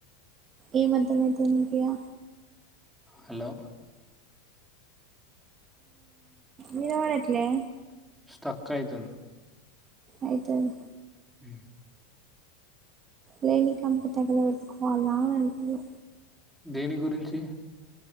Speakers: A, on the right; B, in the centre.
A: ఏం అర్థం అయితాది నీకి యా
B: హలో
A: వినపడట్లే
B: స్టక్ అయితుంది
A: అయితాది
B: ఆ
A: లేనికంతా తగల పెట్టుకోవలా అని అంటున్నా
B: దేని గురించి